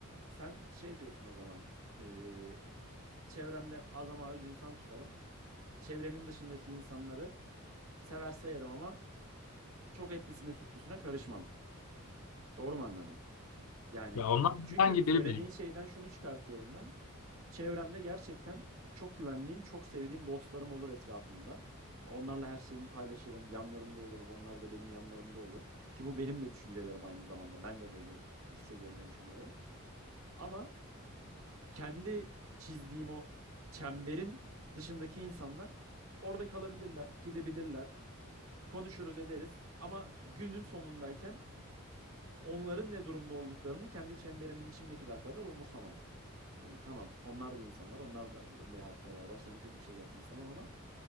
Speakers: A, on the right; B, on the left.
A: sen şey diyorsun o zaman. ee, çevremde az ama az insan tutarım. Çevremin dışındaki insanları sever sayarım ama çok etlisine sütlüsüne karışmam. Doğru mu anladım? Yani
B: Ya onlar
A: çünkü
B: hangi
A: söylediğin
B: biri benim.
A: şeyden şunu çıkartıyorum ben. Çevremde gerçekten çok güvendiğim, çok sevdiğim dostlarım olur etrafımda. Onlarla her şeyimi paylaşırım, yanlarında olurum, onlar da benim yanlarımda olur. Ki bu benim de düşüncelerim aynı zamanda. Ben de böyle hissediyorum ve düşünüyorum. Ama kendi çizdiğim o çemberin dışındaki insanlar orada kalabilirler, gidebilirler. Konuşuruz ederiz ama günün sonundayken onların ne durumda olduklarını kendi çemberimin içindekiler kadar umursamam. Hani tamam onlar da insanlar, onlar da menfaatler var. Başlarına kötü bir şey gelsin istemem ama